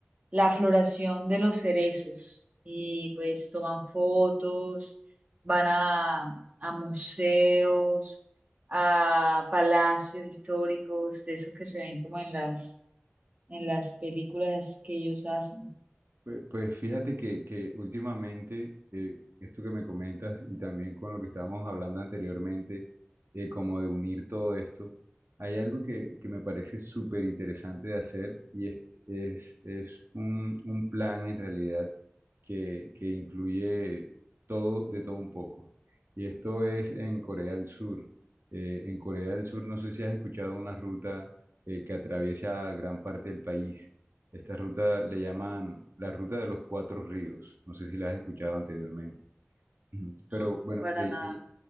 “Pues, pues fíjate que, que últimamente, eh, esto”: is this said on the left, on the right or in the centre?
Right